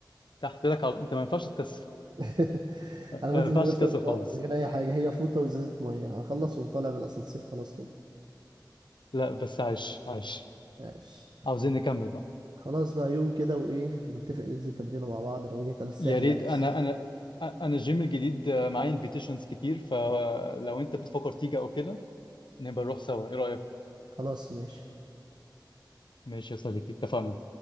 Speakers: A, on the left (about 80°); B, on the right (about 65°).
A: تحت لك على... أنت ما ينفعش تكسر
B: <laughs>
A: آه،
B: انا بنزل
A: ما ينفعش
B: من غير شطه
A: تكسر خالص
B: من غير اي حاجه هي فوطه وازازه ميه هخلص وأقوم طالع بالاسانسير خلاص كده
A: لا بس عايش عايش
B: ماشي
A: عاوزين نكمل بقى
B: خلاص بقى يوم كده وايه نتفق ننزل تمرينه مع بعض لو جيت انا الساحل
A: يا ريت
B: يعني في
A: انا
B: الصيف
A: انا انا الجيم الجديد معايا انفيتيشنز كتير فلو انت بتفكر تيجي او كده نبقى نروح سوا ايه رأيك
B: خلاص ماشي
A: ماشي يا صديقي اتفقنا